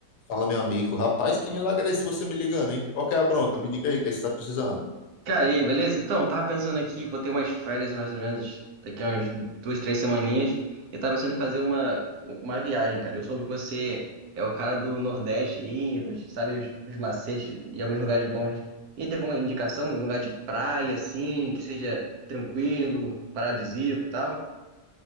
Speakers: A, on the left; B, on the right.
A: Fala, meu amigo. Rapaz, que milagre é esse você me ligando, hein? Qual que é a bronca? Me diga aí, o que é que você tá precisando?
B: Cara, e aí, beleza? Então, eu tava pensando aqui, vou ter umas férias mais ou menos daqui a umas duas, três semaninhas, e tava pensando em fazer uma, uma viagem, cara. Eu soube que você é o cara do Nordeste aí, sabe os, os macetes e alguns lugares bons. E tem alguma indicação de um lugar de praia, assim, que seja tranquilo, paradisíaco e tal?